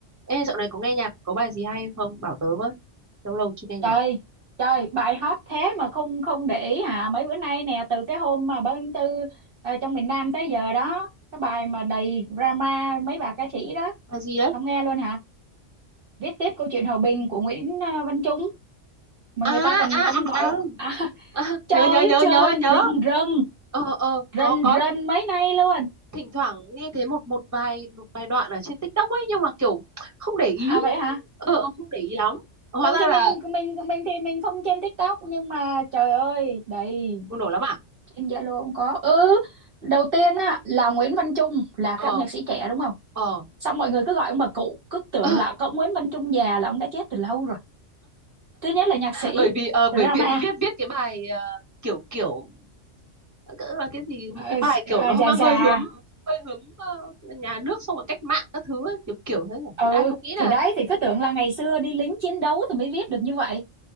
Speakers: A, on the right (about 15°); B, on the right (about 55°).
A: Ê, dạo này có nghe nhạc, có bài gì hay không? Bảo tớ với. Lâu lâu chưa nghe nhạc.
B: trời trời bài hot thế mà không không để ý hả mấy bữa nay nè từ cái hôm mà ba tháng tư ờ, trong miền Nam tới giờ đó cái bài mà đầy drama mấy bà ca sĩ đó
A: Bài gì đấy?
B: không nghe luôn hả viết tiếp câu chuyện hòa bình của Nguyễn ờ, Văn Trung mà
A: À,
B: người ta còn
A: à,
B: ông gọi
A: à,
B: ông-
A: à.
B: à, <laughs>
A: à
B: trời
A: nhớ,
B: ơi
A: nhớ, nhớ,
B: trời
A: nhớ, nhớ.
B: rần rần
A: Ờ, ờ, có,
B: rần
A: có.
B: rần mấy nay luôn
A: Thỉnh thoảng nghe thấy một một vài một vài đoạn ở trên TikTok ấy, nhưng mà kiểu không để ý.
B: à vậy hả
A: Ờ, ờ, không để ý lắm. Hóa
B: mình
A: ra
B: thì
A: là
B: mình mình mình thì mình không trên TikTok nhưng mà trời ơi đầy
A: bùng nổ lắm à?
B: Trên Zalo cũng có. Ừ, đầu tiên á là Nguyễn Văn Trung là
A: Ờ,
B: cái ông nhạc sĩ trẻ đúng không?
A: ờ.
B: Xong mọi người cứ gọi ông bà cụ, cứ tưởng
A: <laughs>
B: là có ông Nguyễn Văn Trung già là ông đã chết từ lâu rồi. Thứ nhất là nhạc sĩ
A: Bởi vì, ờ,
B: Rama
A: bởi vì viết, viết cái bài ờ, kiểu, kiểu, cỡ là cái gì, một
B: ờ,
A: cái bài kiểu
B: à,
A: nó
B: già
A: mang
B: già.
A: hơi hướng hơi hướng ờ, nhà nước xong rồi cách mạng các thứ ấy, kiểu kiểu thế nhỉ
B: Ừ,
A: thì ai cũng nghĩ
B: thì
A: là
B: đấy thì cứ tưởng là ngày xưa đi lính chiến đấu thì mới viết được như vậy.